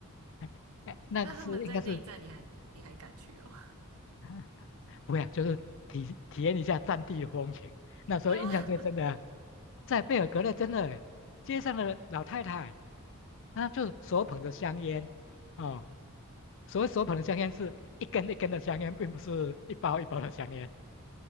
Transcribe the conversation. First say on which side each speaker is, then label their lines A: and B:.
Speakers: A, on the left; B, on the right.
A: 哎，哎那个是应该是
B: 那他们在内战，你还你还敢去哦？
A: <laughs> 不要，就是体体验一下战地的风情。那时候印象最深的，
B: <laughs> 啊，
A: 在贝尔格勒真的街上的老太太，她就手捧着香烟，哦，所谓手捧的香烟是一根一根的香烟，并不是一包一包的香烟。